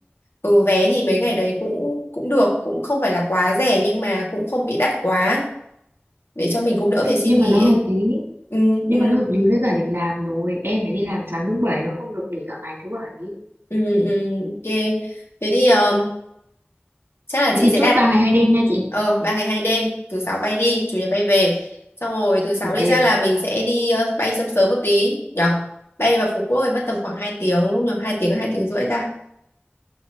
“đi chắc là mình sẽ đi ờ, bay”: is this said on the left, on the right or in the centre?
Left